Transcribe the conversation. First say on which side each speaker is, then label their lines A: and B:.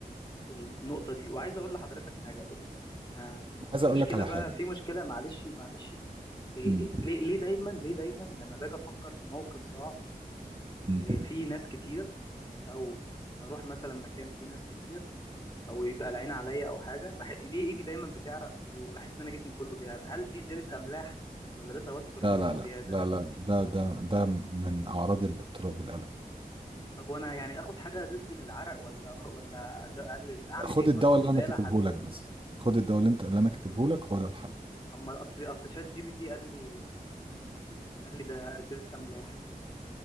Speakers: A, on the left (about 30°); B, on the right (about 35°).
A: النقطة دي وعايز اقول لحضرتك حاجة يا دكتور ما
B: انا عايز
A: في
B: اقول
A: مشكلة
B: لك على
A: بقى
B: حاجه
A: في مشكلة معلش معلش إيه
B: امم
A: إيه ليه ليه دايما ليه دايما لما باجي افكر في موقف صعب
B: امم
A: إيه في ناس كتير او اروح مثلا مكان فيه ناس كتير او يبقى العين عليا او حاجه بح... ليه ايدي دايما بتعرق وبحس ان انا جسمي كله بيعرق هل دي زياده املاح ولا ده توتر
B: لا
A: مني
B: لا
A: زياده
B: لا لا لا ده ده ده من اعراض الاضطراب القلق
A: طب وانا يعني اخد حاجه ضد العرق ولا <laughs> ولا أز- اقلل اعمل
B: خد
A: ايه
B: الدواء
A: طيب مش
B: اللي انا
A: لاقي
B: كاتبه
A: لها حل
B: لك بس خد الدواء اللي انت اللي انا كاتبه لك هو ده الحل
A: اما اصل اصل شات جي بي تي قال لي قال لي ده زياده املاح